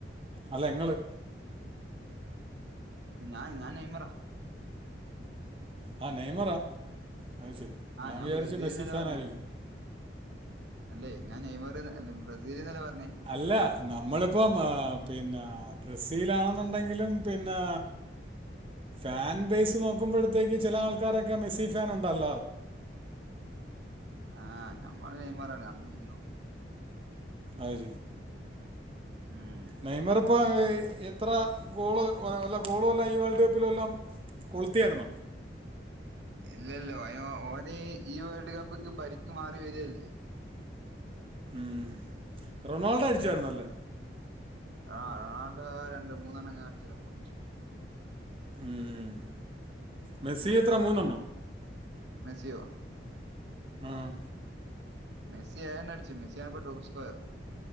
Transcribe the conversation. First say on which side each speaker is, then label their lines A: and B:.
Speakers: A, on the right; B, on the right.
A: അല്ല ങ്ങള്
B: ഞാൻ ഞാൻ നെയ്മറാ
A: ആ നെയ്മറാ അത് ശരി
B: ആഹ്
A: ഞാൻ വിചാരിച്ച്
B: ബ്രസീൽന്നല്ലേ
A: മെസ്സി ഫാനായിരിക്കുന്ന്‌
B: പറഞ്ഞേ അല്ലേ ഞാൻ നെയ്മറന്ന്‌ അല്ലേ ‌ ബ്രസീലന്നലെ പറഞ്ഞേ
A: അല്ല നമ്മളിപ്പം പിന്നെ ബ്രസീൽ ആണെന്നുണ്ടെങ്കിലും പിന്നെ ഫാൻ ബേയിസ് നോക്കുമ്പോഴത്തേക്ക് ചില ആൾക്കാരൊക്കെ മെസ്സി ഫാൻ ഉണ്ടല്ലോ
B: ആഹ് ഞമ്മള് നൈമറാണ് അന്നും ഇന്നും
A: അയ് ശെരി.
B: ഉം
A: നൈയ്മർ ഇപ്പം എത്ര ഗോള് വല്ല ഗോളെല്ലാം ഈ വേൾഡ് കപ്പിലെല്ലാം കൊളുത്തിയായിരുന്നോ
B: ഇല്ലല്ല അയിന് ഓന് ഈ വേൾഡ് കപ്പ്ക്ക് പരിക്ക് മാറി വരല്ലേ.
A: ഉം റൊണാൾഡോ അടിച്ചായിരുന്നല്ലേ.
B: ആ റൊണാൾടോ രണ്ട് മൂന്നെണംങ്ങ അടിച്ചിപ്പ.
A: ഉം മെസ്സിഎത്ര മൂന്നണോ
B: മെസ്സിയോ
A: ആഹ്
B: മെസ്സി ഏഴണ്ണം അടിച്ച് മെസ്സിയാണിപ്പോ ടോപ്പ് സ്ക്വയർ